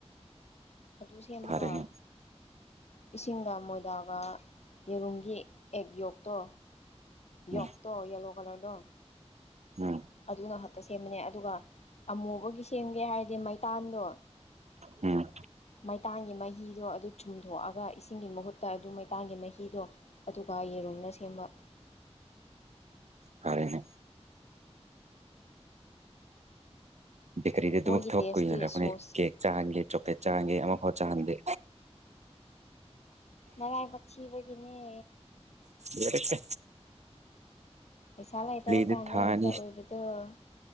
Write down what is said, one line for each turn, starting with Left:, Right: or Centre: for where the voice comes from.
Left: ꯑꯗꯨ ꯁꯦꯝꯃꯒ
Right: ꯐꯔꯦꯅꯦ
Left: ꯏꯁꯤꯡꯗ ꯃꯣꯏꯗꯥꯒ ꯌꯦꯔꯨꯝꯒꯤ ꯑꯦꯛ ꯌꯣꯛꯇꯣ
Right: ꯎꯝ
Left: ꯌꯣꯛꯇꯣ ꯌꯦꯂꯣ ꯀꯂꯔꯗꯣ
Right: ꯎꯝ
Left: ꯑꯗꯨꯅ ꯍꯛꯇ ꯁꯦꯝꯕꯅꯦ ꯑꯗꯨꯒ ꯑꯃꯨꯕꯒꯤ ꯁꯦꯝꯒꯦ ꯍꯥꯏꯔꯗꯤ ꯃꯩꯇꯥꯟꯗꯣ
Right: ꯎꯝ
Left: ꯃꯩꯇꯥꯟꯒꯤ ꯃꯍꯤꯗꯣ ꯑꯗꯨ ꯆꯨꯝꯊꯣꯛꯑꯒ ꯏꯁꯤꯡꯒꯤ ꯃꯍꯨꯠꯇ ꯑꯗꯨ ꯃꯩꯇꯥꯟꯒꯤ ꯃꯍꯤꯗꯣ ꯑꯗꯨꯒ ꯌꯦꯔꯨꯝꯝꯅ ꯁꯦꯝꯕ
Right: ꯀꯥꯔꯦꯅꯦ ꯕꯦꯀꯔꯤꯗ ꯑꯗꯨ
Left: ꯃꯣꯏꯒꯤ
Right: ꯊꯣꯛ
Left: ꯇꯦꯁꯇꯤ
Right: ꯀꯨꯏꯅ ꯑꯩꯈꯅ
Left: ꯁꯣꯁ
Right: ꯀꯦꯛ ꯆꯥꯡꯒꯦ ꯆꯣꯀ꯭ꯂꯦꯠ ꯆꯥꯡꯒꯦ ꯑꯃ ꯐꯥꯎ ꯆꯥꯟꯗꯦ
Left: ꯅꯔꯥꯏꯕꯛ ꯊꯤꯕꯒꯤꯅꯦ
Right: ꯌꯦꯔꯛꯇ
Left: ꯄꯩꯁꯥ ꯂꯩꯇꯕ
Right: ꯗꯤ
Left: ꯀꯥꯟꯗ
Right: ꯊꯥꯅꯤ
Left: ꯍꯦꯛꯇ ꯑꯣꯏꯕꯗꯣ